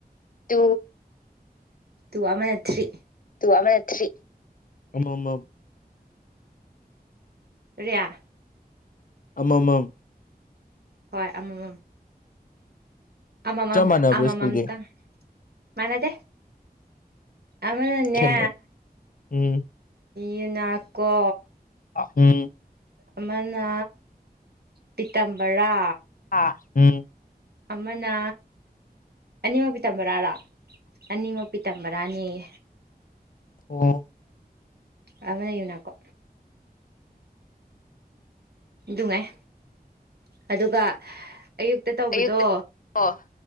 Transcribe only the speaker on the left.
ꯇꯨ
ꯇꯨ ꯑꯃꯅ ꯊ꯭ꯔꯤ ꯑꯃꯃꯝ
ꯑꯃꯃꯝ
ꯆꯞ ꯃꯥꯟꯅꯕ꯭ꯔꯥ
ꯁ꯭ꯀꯨꯜꯗꯤ
ꯈꯦꯠꯅ ꯎꯝ
ꯑꯥ ꯎꯝ
ꯍꯥ ꯎꯝ
ꯑꯣ
ꯑꯌꯨꯛꯇ ꯑꯣ